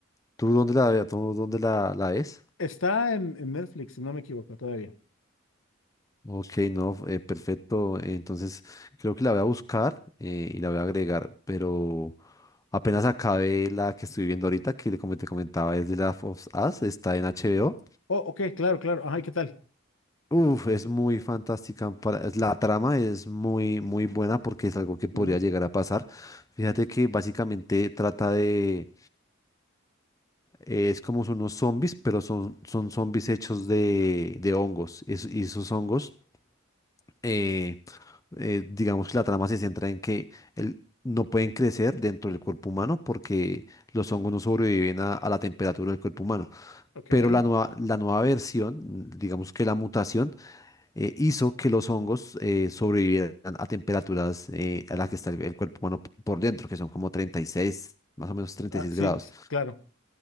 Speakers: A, on the left; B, on the left.
A: ¿Tú dónde la, ve- tú dónde la, la ves?
B: Está en, en Netflix, si no me equivoco todavía.
A: Ok, no, eh, perfecto. Entonces, creo que la voy a buscar eh, y la voy a agregar, pero apenas acabé la que estoy viendo ahorita, que como te comentaba es de la of Us, está en HBO.
B: Oh, ok, claro, claro. Ay, ¿qué tal?
A: Uf, es muy fantástica. para- es- la trama es muy, muy buena porque es algo que podría
B: Ujú,
A: llegar a pasar. Fíjate que básicamente trata de... eh, es como son unos zombies, pero son, son zombies hechos de, de hongos. es- y esos hongos... eh, eh, digamos que la trama se centra en que el- no pueden crecer dentro del cuerpo humano porque los hongos no sobreviven a, a la temperatura del cuerpo humano.
B: ok.
A: Pero la nueva, la nueva versión, mm, digamos que la mutación, eh, hizo que los hongos eh, sobrevivieran a temperaturas eh, a las que está el, el cuerpo humano p- por dentro, que son como 36, más o menos 36
B: Ah, sí,
A: grados.
B: s- claro.